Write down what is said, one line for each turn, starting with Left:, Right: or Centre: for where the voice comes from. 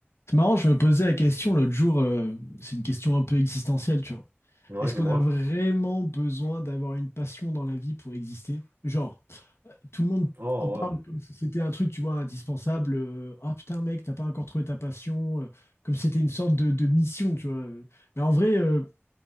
Left: C'est marrant, je me posais la question l'autre jour, euh, c'est une question un peu existentielle, tu vois.
Right: Ouais,
Left: Est-ce
Right: dis-moi.
Left: qu'on a vraiment besoin d'avoir une passion dans la vie pour exister? Genre, tout le monde
Right: Oh,
Left: en parle
Right: ouais.
Left: comme si c'était un truc, tu vois, indispensable. euh, Ah putain, mec, t'as pas encore trouvé ta passion. euh, comme si c'était une sorte de, de mission, tu vois. Mais en vrai, euh,